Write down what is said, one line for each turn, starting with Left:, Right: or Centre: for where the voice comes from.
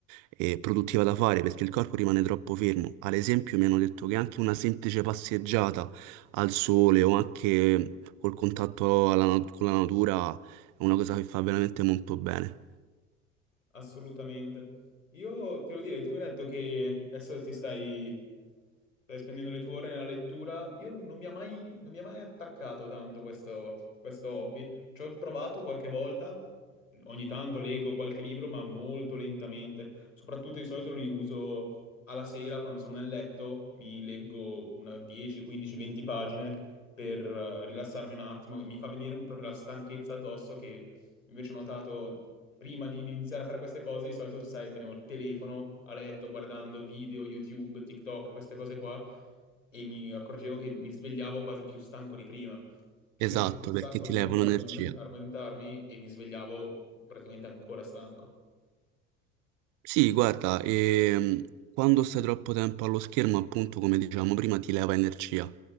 Right: eh, produttiva da fare perché il corpo rimane troppo fermo. Ad esempio, mi hanno detto che anche una semplice passeggiata al sole o anche col contatto alla nat- con la natura è una cosa che fa veramente molto bene.
Left: assolutamente. Io te lo direi, tu mi hai detto che adesso ti stai, stai spendendo le tue ore nella lettura. Io non mi ha mai, non mi ha mai attaccato tanto questo, questo hobby. Ci ho provato qualche volta, ogni tanto leggo qualche libro, ma molto lentamente. Soprattutto di solito li uso alla sera quando sono nel letto, mi leggo una 10, 15, 20 pagine per eh, rilassarmi un attimo. Mi fa venire un- proprio la stanchezza addosso che invece ho notato prima di iniziare a fare queste cose, di solito, sai, tenevo il telefono a letto guardando video, YouTube, TikTok, queste cose qua, e mi accorgevo che mi svegliavo quasi più stanco di prima. Ci
Right: Esatto,
Left: mettevo un sacco
Right: perché ti
Left: di
Right: leva
Left: tempo
Right: un'energia.
Left: ad addormentarmi e mi svegliavo praticamente ancora stanco.
Right: Sì, guarda, ehm, quando stai troppo tempo allo schermo, appunto, come dicevamo prima, ti leva energia.